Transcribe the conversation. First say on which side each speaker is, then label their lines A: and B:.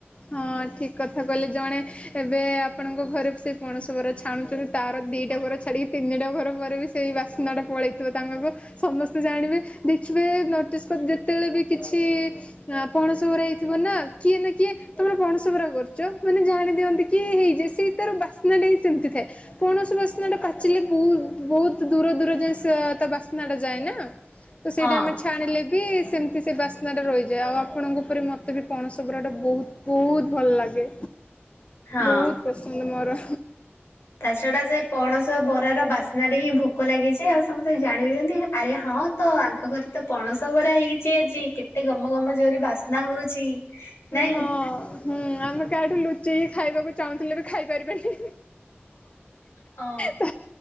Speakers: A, on the left; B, on the left.
A: ହଁ ଠିକ କଥା କହିଲେ ଜଣେ ଏବେ ଆପଣଙ୍କ ଘରେ ସେ ପଣସ ବରା ଛାଣୁଛନ୍ତି ତାର। ଦିଟା ଘର ଛାଡିକି ତିନିଟା ଘର ପରେ ବି ସେଇ ବାସ୍ନାଟା ପଳେଇଥିବ ତାଙ୍କ ସମସ୍ତେ ଜାଣିବେ ଦେଖୀ ଏବେ ନୋଟିସ୍ କରି ଯେତେବେଳେ ବି କିଛି ଆପଣ ସବୁରେ ହେଇଥିବ ନା। କିଏ ନା କିଏ ତମର ପଣସ ବରା କରୁଛ ମାନେ ଜାଣି ଦିଅନ୍ତି କି ହେଇଯାଏ ସେଇ ତାର ବାସ୍ନାଟ ସେମିତି ଥାଏ। ପଣସ ବାସ୍ନାଟା ପାଚିଲେ ବହୁ ବହୁତ ଦୂର ଦୂର ଯାଇଏ ତା ବାସ୍ନା ଟା ଯାଏ ନା। ତ ସେଇଟା
B: ହଁ।
A: ଆମେ ଛାଣିଲେ ବି ସେମିତି ସେ ବାସ୍ନା ଟା ରହିଯାଏ ଆଉ ଆପଣଙ୍କ ଉପରେ ମତେ ବି ପଣସ ସବୁୁରାଟା ବହୁତ ବହୁତ ଭଲ ଲାଗେ
B: ହଁ।
A: ବହୁତ ପସନ୍ଦ ମୋର।
B: ତା ଛଡା ସେ ପଣସ ବରାର ବାସ୍ନାଟି ହିଁ ଭୋକ ଲାଗିଯାଏ ଆଉ ସମସ୍ତେ ଜାଣଛନ୍ତି ଆରେ ହଁ। ହଁ ତ ଆଙ୍କ ଘରେ ତ ପଣସ ବରା ହେଇଛି। ଆଜି କେତେ ଗମ ଗମ ଜୋରେ ବାସ୍ନା ହଉଛି। ନାଇଁ।
A: ହଁ ହୁଁ ଆମେ କାଠୁ ଲୁଚି। ଯେ ଖାଇବାକୁ ଚାହୁଁଥିଲେ ବି ଖାଇପାରିବେନି
B: ହଁ।
A: ତ।